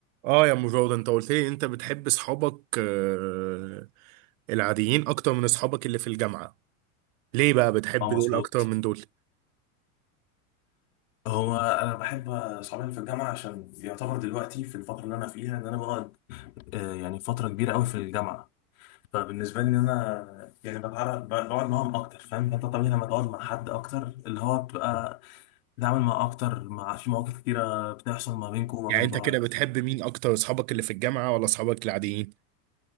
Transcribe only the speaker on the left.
اه مظبوط
هو انا بحب اصحابي في الجامعه عشان يعتبر دلوقتي في الفتره اللي انا فيها ان انا بقعد آه، يعني فتره كبيره قوي في الجامعه فبالنسبه لي ان انا يعني بتعرف بقعد معاهم اكتر فاهم فانت طبيعي لما تقعد مع حد اكتر اللي هو بتبقى بتتعامل معاه اكتر مع في مواقف كتيره بتحصل ما بينكم وما
بين
بعض